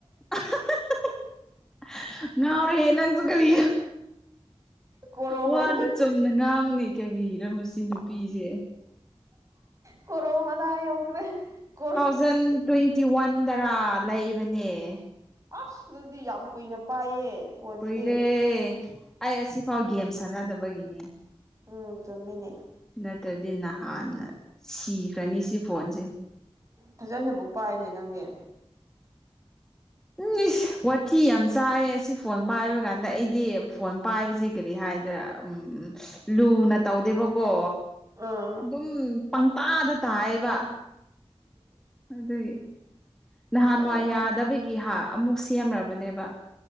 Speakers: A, in the centre; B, on the right.
A: <unintelligible> ꯉꯥꯎꯔꯦꯍꯦ ꯅꯪꯁꯨ ꯀꯔꯤ
B: ꯀꯣꯔꯣ
A: ꯋꯥꯗꯨ
B: ꯃꯅꯥ
A: ꯆꯨꯝꯅ ꯉꯥꯡꯉꯨꯅꯦ ꯀꯔꯤꯔꯥ ꯃꯁꯤ ꯅꯨꯄꯤꯁꯦ
B: ꯀꯣꯔꯣ ꯃꯅꯥ ꯌꯧꯈ꯭ꯔꯦ ꯀꯣꯔꯣ
A: ꯇꯨ ꯊꯥꯎꯖꯟ ꯇ꯭ꯋꯦꯟꯇꯤ ꯋꯥꯟꯗꯔꯥ ꯂꯩꯕꯅꯦ
B: ꯑꯁ ꯑꯗꯨꯗꯤ ꯌꯥꯝ ꯀꯨꯏꯅ ꯄꯥꯏꯌꯦ ꯐꯣꯟꯁꯤꯗꯤ
A: ꯀꯨꯏꯔꯦ ꯑꯩ ꯑꯁꯤꯐꯥꯎ ꯒꯦꯝ ꯁꯥꯟꯅꯗꯕꯒꯤꯅꯦ
B: ꯎꯝ ꯆꯝꯃꯤꯅꯦ
A: ꯅꯠꯇ꯭ꯔꯗꯤ ꯅꯍꯥꯟꯅ ꯁꯤꯈ꯭ꯔꯅꯤ ꯁꯤ ꯐꯣꯟꯁꯦ
B: ꯐꯖꯅꯕꯨ ꯄꯥꯏꯅꯦ ꯅꯪꯗꯤ
A: ꯎꯝ ꯏꯁ ꯋꯥꯊꯤ ꯌꯥꯝ ꯆꯥꯏꯑꯦ ꯑꯁꯤ ꯐꯣꯟ ꯄꯥꯏꯕ ꯀꯥꯟꯗ ꯑꯩꯗꯤ ꯐꯣꯟ ꯄꯥꯏꯕꯁꯤ ꯀꯔꯤ ꯍꯥꯏꯗꯨꯢꯔꯥ ꯎꯝ ꯂꯨꯅ ꯇꯧꯗꯦꯕꯀꯣ
B: ꯑꯥ
A: ꯑꯗꯨꯝ ꯄꯪꯇꯥꯗ ꯇꯥꯢꯌꯦꯕ ꯑꯗꯨꯗꯤ ꯅꯍꯥꯟꯋꯥꯏ
B: ꯑꯦ ꯍꯥ
A: ꯌꯥꯗꯕꯒꯤ ꯍꯥ ꯑꯃꯨꯛ ꯁꯦꯝꯂꯕꯅꯦꯕ